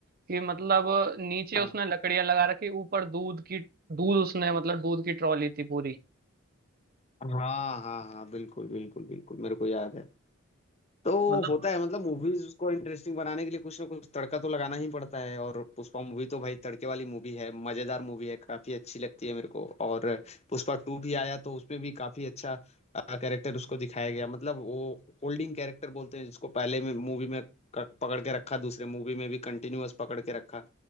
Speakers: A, on the right; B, on the left.
A: कि मतलब नीचे
B: हाँ
A: उसने लकड़ियां लगा रखी ऊपर दूध की दूध उसने मतलब दूध की ट्रॉली थी पूरी
B: हाँ हाँ हाँ बिल्कुल बिल्कुल बिल्कुल मेरे को याद है तो
A: मतलब
B: होता है मतलब मूवीज को इंटरेस्टिंग बनाने के लिए कुछ ना कुछ तड़का तो लगाना ही पड़ता है और पुष्पा मूवी तो भाई तड़के वाली मूवी है मजेदार मूवी है काफी अच्छी लगती है मेरे को और पुष्पा टू भी आया तो उसमें भी काफी अच्छा कैरेक्टर उसको दिखाया गया मतलब वो होल्डिंग कैरेक्टर बोलते हैं जिसको पहले में मूवी में क- पकड़ के रखा दूसरे मूवी में भी कंटिन्यूअस पकड़ के रखा